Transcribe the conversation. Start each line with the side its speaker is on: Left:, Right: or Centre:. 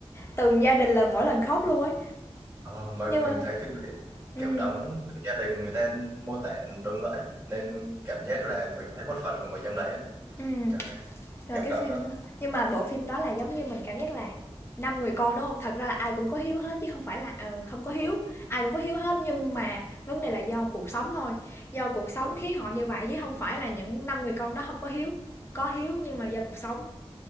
Left: từng gia đình là mỗi lần khóc luôn ấy,
Right: ờ, mà
Left: nhưng
Right: mình
Left: mà
Right: thấy phim đấy
Left: ừm,
Right: kiểu đóng gia đình người ta mô tả đúng vậy nên cảm giác là mình thấy một phần của mình trong đấy á
Left: ừm.
Right: trời ơi,
Left: Rồi
Right: cảm
Left: cái
Right: động
Left: phim
Right: lắm
Left: đó nhưng mà bộ phim đó là giống như mình cảm giác là năm người con đúng không Thật ra là ai cũng có hiếu hết chứ không phải là, ờ, không có hiếu, ai cũng có hiếu hết nhưng mà vấn đề là do cuộc sống thôi, do cuộc sống
Right: đúng
Left: khiến họ như vậy chứ không phải là những năm người con đó không có hiếu, có hiếu nhưng mà do cuộc sống.